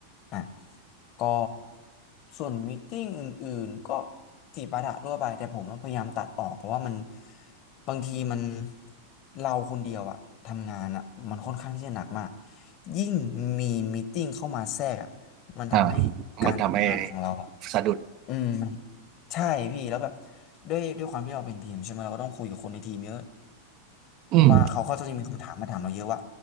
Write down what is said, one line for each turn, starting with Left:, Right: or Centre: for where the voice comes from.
Left: อ่ะก็ส่วนม e e t ิ n งอื่นๆก็จีบปาถะทั่วไปแต่ผมพยายามตัดออกเพราะว่ามันบางทีมันเราคนเดียวอะทำงานอะมันค่อนข้างที่จะหนักมากยิ่งมีม e e t ิ n งเข้ามาแทรกอะมันทำให้การทำงานของเราอะ
Right: อ่ามันทำให้สะดุด
Left: อืมมันใช่พี่แล้วแบบด้วยด้วยความที่เราเป็นทีมใช่ไหมเราก็ต้องคุยกับคนในทีมเยอะ
Right: อืม
Left: ว่าเขาก็จะมีคำถามมาถามเราเยอะว่า